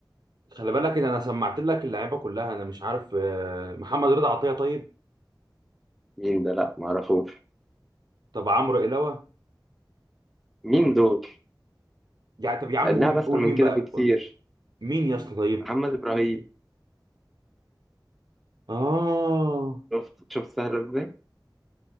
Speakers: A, on the right (about 60°); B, in the centre.
A: خلي بالك ان انا سمعت لك اللعيبه كلها انا مش عارف آه محمد رضا عطيه طيب
B: مين ده لا معرفوش
A: طب عمرو إلاوة
B: مين دول
A: يعني طب يا عم
B: اللعبة
A: قول
B: اسهل
A: قول
B: من
A: مين
B: كده
A: بقى
B: بكتير
A: قول مين يا اسطى طيب
B: محمد ابراهيم
A: اه
B: شفت شفت سهل ازاي